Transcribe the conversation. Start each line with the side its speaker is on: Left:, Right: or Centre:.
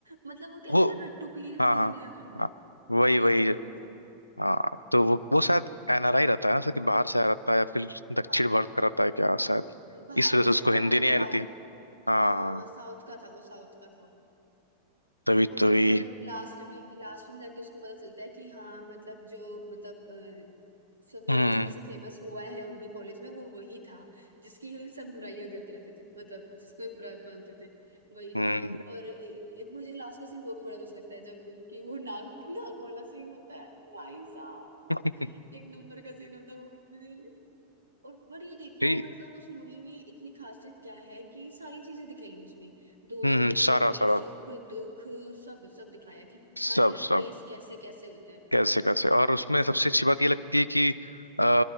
Right: मतलब वो कहते
Left: वो
Right: हैं ना रट्टू पीर
Left: हाँ
Right: इतने
Left: हाँ
Right: था वो
Left: हाँ
Right: वो
Left: वही
Right: इतना
Left: वही
Right: रट्टू पीर था
Left: हाँ तो वो वो शायद एनआरआई रहता है ना सर कि बाहर से आया रहता है या फिर दक्षिण
Right: हाँ
Left: भारत का रहता है क्या शायद
Right: बाहर
Left: इस वजह से
Right: सनी
Left: उसको हिंदी
Right: हाँ वो
Left: नहीं आई
Right: साउथ
Left: रहती है। हाँ
Right: हाँ हाँ
Left: हाँ
Right: हाँ साउथ का था वो साउथ का था
Left: तभी
Right: और
Left: तभी
Right: मतलब लास्ट में लास्ट में जाके उसको पता चलता है कि हाँ मतलब जो मतलब अ, सबने
Left: हम्म
Right: सबसे फेमस हुआ है उनके कॉलेज में वो वही था जिसकी हम सब बुराइयां करते रहते थे मतलब जिसको भी बुरा मानते थे वही
Left: <laughs> हम्म
Right: था और ए- एक मुझे लास्ट का सीन वो भी बड़ा मस्त लगता है जब उनकी वो नाक नाक वाला सीन होता है भाई साहब
Left: <laughs>
Right: एक नंबर का सीन होता है वो भी मुझे और पर ये देखो
Left: ठीक
Right: मतलब उस मूवी में इतनी खासियत क्या है कि सारी चीजें दिखाई है उसमें दोस्ती
Left: हम्म सारा
Right: यारी
Left: सारा
Right: सुख दुख सब सब दिखाया कि
Left: सब
Right: हर एक
Left: सब
Right: फेस कैसे कैसे होता है
Left: कैसे कैसे और उसमें सबसे अच्छी बात ये लगती है कि अ,